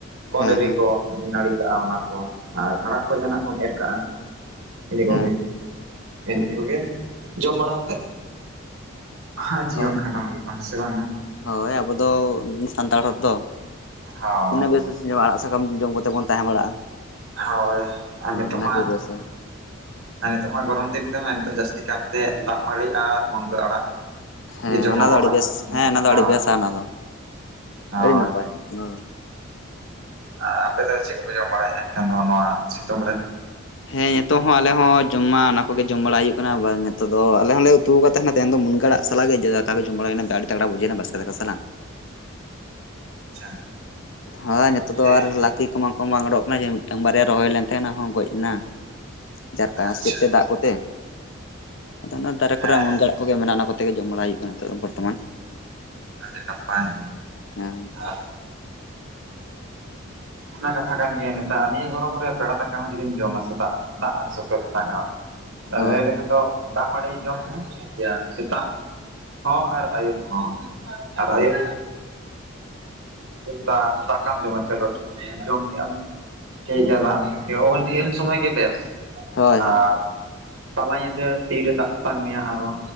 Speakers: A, on the right; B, on the left.
A: ᱠᱚᱸᱫᱽᱨᱤ
B: ᱦᱮᱸ ᱦᱮᱸ
A: ᱠᱚ ᱡᱩᱫᱤᱢ ᱱᱟᱹᱲᱤ ᱠᱟᱜᱼᱟ ᱚᱱᱟ ᱠᱚ᱾ ᱟᱨ ᱟᱲᱟᱜ ᱠᱚ ᱡᱟᱦᱟᱱᱟᱜ ᱠᱚᱢ ᱮᱨ ᱠᱟᱜᱼᱟ ᱤᱱᱟᱹ
B: ᱦᱮᱸ
A: ᱠᱚᱜᱮ ᱤᱱᱟᱹ ᱤᱱᱟᱹ ᱠᱚᱜᱮ᱾ ᱡᱚᱢ ᱵᱟᱲᱟ ᱦᱟᱛᱮᱫ ᱦᱟᱸ ᱡᱤᱭᱚᱱ
B: ᱦᱳᱭ
A: ᱠᱷᱟᱸᱰᱟᱣ ᱦᱩᱭᱩᱜᱼᱟ ᱦᱮᱸ ᱥᱮ ᱵᱟᱝᱟ᱾
B: ᱦᱳᱭ ᱟᱵᱚ ᱫᱚ ᱥᱟᱱᱛᱟᱲ ᱦᱚᱲ ᱛᱚ
A: ᱦᱳᱭ
B: ᱛᱤᱱᱟᱹ ᱵᱮᱥ <unintelligible> ᱟᱲᱟᱜ ᱥᱟᱠᱟᱢ ᱡᱚᱢ ᱠᱟᱛᱮ ᱵᱚᱱ ᱛᱟᱦᱮᱸ ᱵᱟᱲᱟᱜᱼᱟ᱾
A: ᱦᱚᱭ ᱟᱨ
B: ᱦᱳᱭ
A: ᱱᱤᱛᱟᱹᱜ
B: ᱚᱱᱟᱜᱮ
A: ᱢᱟ
B: ᱵᱮᱥᱟ
A: ᱟᱨ ᱱᱤᱛᱚᱜ ᱢᱟ ᱜᱚᱨᱚᱢ ᱫᱤᱱ ᱠᱟᱱᱟ, ᱱᱤᱛᱚᱜ ᱡᱟᱹᱥᱛᱤ ᱠᱟᱨᱛᱮ ᱫᱟᱜ ᱢᱟᱹᱲᱤ ᱟᱨ ᱢᱩᱱᱜᱟᱹ ᱟᱲᱟᱜ᱾
B: ᱦᱮᱸ
A: ᱜᱮ ᱡᱚᱢᱚᱜᱚᱜᱼᱟ
B: ᱚᱱᱟ ᱫᱚ ᱟᱹᱰᱤ ᱵᱮᱥ ᱦᱮᱸ ᱚᱱᱟ ᱫᱚ
A: ᱦᱳᱭ
B: ᱟᱹᱰᱤ ᱵᱮᱥᱟ ᱚᱱᱟ ᱫᱚ
A: ᱦᱳᱭ
B: ᱟᱹᱰᱤ ᱱᱟᱯᱟᱭ ᱚᱱᱟ ᱫᱚ᱾
A: ᱟᱨ ᱟᱯᱮ ᱫᱚ ᱪᱮᱫ ᱠᱚᱯᱮ ᱡᱚᱢ ᱵᱟᱲᱟᱭᱮᱫᱼᱟ ᱮᱱᱠᱷᱟᱱ ᱫᱚ ᱱᱚᱣᱟ ᱥᱤᱛᱩᱝ ᱨᱮ
B: ᱦᱮᱸ ᱱᱤᱛᱚᱜ ᱦᱚᱸ ᱟᱞᱮ ᱦᱚᱸ ᱡᱚᱢ ᱢᱟ ᱚᱱᱟ ᱠᱚᱜᱮ ᱡᱚᱢ ᱵᱟᱲᱟ ᱦᱩᱭᱩᱜ ᱠᱟᱱᱟ, ᱱᱤᱛᱚᱜ ᱫᱚ ᱟᱞᱮ ᱦᱚᱸᱞᱮ ᱛᱩ ᱠᱟᱜ ᱛᱟᱦᱮᱱᱟ ᱛᱮᱦᱮᱱ ᱫᱚ ᱢᱩᱱᱜᱟᱹ ᱟᱲᱟᱜ ᱥᱟᱞᱟ ᱜᱮ ᱫᱟᱠᱟ ᱠᱚ ᱡᱚᱢ ᱵᱟᱲᱟ ᱦᱩᱭᱱᱟ ᱟᱹᱰᱤ ᱛᱟᱜᱲᱟ ᱵᱩᱡᱷᱟᱹᱭᱮᱱᱟ ᱵᱟᱥᱠᱮ ᱫᱟᱠᱟ ᱥᱟᱞᱟᱜ᱾
A: ᱟᱪᱪᱷᱟ
B: ᱦᱮᱸ ᱱᱤᱛᱚᱜ ᱫᱚ
A: ᱦᱮᱸ
B: ᱟᱨ ᱞᱟᱹᱠᱤ ᱠᱚᱢᱟ ᱠᱚ ᱵᱟᱝ ᱩᱰᱳᱠ ᱠᱟᱱᱟ ᱡᱮ ᱢᱤᱫᱴᱟᱝ ᱵᱟᱨᱭᱟ ᱨᱚᱦᱚᱭ ᱞᱮᱱ ᱛᱟᱦᱮᱸᱱᱟ ᱦᱚᱸ ᱜᱚᱡ ᱮᱱᱟ᱾ ᱡᱟᱨᱠᱟ
A: ᱟᱪᱪᱷᱟ
B: ᱥᱮᱫ ᱛᱮ ᱫᱟᱜ ᱠᱚᱛᱮ᱾ ᱟᱫᱚ ᱚᱱᱟ ᱫᱟᱨᱮ ᱠᱚᱨᱮ
A: ᱦᱮᱸ
B: ᱢᱩᱱᱜᱟᱹ
A: ᱦᱮᱸ
B: ᱟᱨᱟᱜ ᱠᱚᱜᱮ ᱢᱮᱱᱟᱜᱼᱟ, ᱚᱱᱟ ᱠᱚᱛᱮ ᱜᱮ ᱡᱚᱢ ᱵᱟᱲᱟᱭ ᱦᱩᱭᱩᱜ ᱠᱟᱱᱟ ᱱᱤᱛᱚᱜ ᱵᱚᱨᱛᱚᱢᱟᱱ᱾
A: ᱟᱹᱰᱤ ᱱᱟᱯᱟᱭ
B: ᱦᱮᱸ
A: ᱟᱨ
B: <inaudible>
A: ᱚᱱᱟ ᱠᱟᱛᱷᱟ ᱠᱟᱱ ᱜᱮᱭᱟ ᱱᱮᱛᱟᱨ ᱱᱤᱭᱟᱹ ᱜᱚᱨᱚᱢ ᱨᱮ ᱯᱮᱲᱟ ᱫᱟᱠᱟ ᱦᱚᱸ ᱡᱩᱫᱤᱢ ᱡᱚᱢᱟ ᱥᱮᱛᱟᱜ ᱫᱟᱜ ᱟᱹᱰᱤ ᱥᱚᱠᱛᱚ ᱛᱮᱛᱟᱝᱟ᱾
B: ᱦᱳᱭ
A: ᱞᱟᱹᱭ ᱞᱮᱠᱷᱟᱱ ᱫᱚ ᱫᱟᱜ ᱢᱟᱹᱲᱤ ᱡᱚᱢ ᱢᱮ ᱴᱷᱤᱠ ᱜᱮᱭᱟ ᱥᱮᱛᱟᱜ ᱦᱚᱸ ᱟᱨ ᱟᱹᱭᱩᱵᱽ ᱦᱚᱸ ᱟᱨ
B: ᱦᱳᱭ
A: ᱟᱹᱭᱩᱵᱽ ᱫᱟᱜ ᱫᱟᱠᱟᱢ ᱡᱚᱢᱟ ᱪᱚᱞᱚ ᱴᱷᱤᱠ ᱜᱮᱭᱟ ᱡᱚᱢ ᱠᱮᱜ ᱟᱢ? ᱴᱷᱤᱠ ᱜᱮᱭᱟ ᱫᱟᱜ ᱮᱢ ᱧᱩ ᱠᱮᱭᱟ ᱚ ᱩᱱ ᱤᱱ ᱥᱚᱢᱚᱭ ᱜᱮ ᱵᱮᱥ
B: ᱦᱳᱭ
A: ᱟᱨ
B: ᱦᱳᱭ
A: ᱛᱟᱞᱟ ᱧᱤᱫᱟᱹ ᱛᱤᱨᱮ ᱫᱟᱜ ᱛᱮᱛᱟᱝ ᱢᱮᱭᱟ ᱟᱨᱚ